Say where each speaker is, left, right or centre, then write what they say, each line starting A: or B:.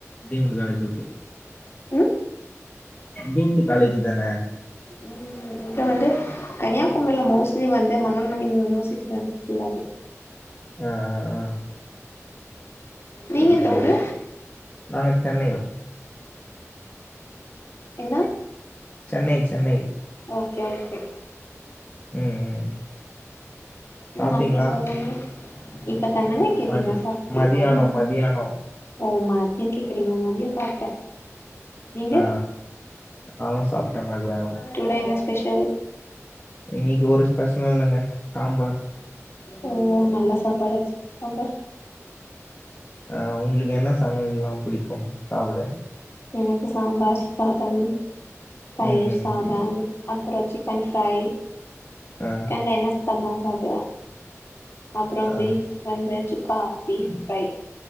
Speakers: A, on the left; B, on the left.
A: டீம் காலேஜ் ஓகே
B: ம்
A: பீந்து காலேஜ் தானே
B: ம் இங்க வந்து கன்னியாகுமரில மோஸ்ட்லி வந்து மனோன்மணியம் யூனிவர்சிட்டி தா இருக்கு ஃபுல்லாவே
A: ஆ ஆ ஆ
B: நீங்க
A: அப்படியா
B: எந்த ஊரு
A: நாங்க சென்னை
B: என்ன
A: சென்னை சென்னை
B: ஓகே ஓகே
A: ம் ம் சாப்பிட்டீங்களா
B: ம் அப்புற சொல்லுங்க இப்ப தானேங்க கேட்டீங்க
A: மதி
B: சாப்பிட்டீங்ளா
A: மதியானம்
B: னு
A: மதியானம்
B: ஓ மதிய கேக்குறீங்களா மதியோ சாப்பிட்டே நீங்க
A: ஆ நானும் சாப்பிட்டேன் மதியானம்
B: டுடே என்ன ஸ்பெஷல்
A: இன்னைக்கு ஒரு ஸ்பெஷலு இல்லங்க சாம்பார்
B: ஓ நல்லா சாப்பாடாச்சு சாம்பார்
A: அ உங்களுக்கு என்ன சமையல் எல்லா பிடிக்கும் சாப்பிட
B: எனக்கு சாம்பார் சாதம் தயிர்
A: ம் ம்
B: சா பதம் அப்புற சிக்கன் ஃப்ரை
A: அ
B: ன்ன என்னத் தந்தாலு சாப்பிடுவே அப்புற
A: ஆ
B: பீஃப் வந்து சுக்கா பீஃப் ஃப்ரை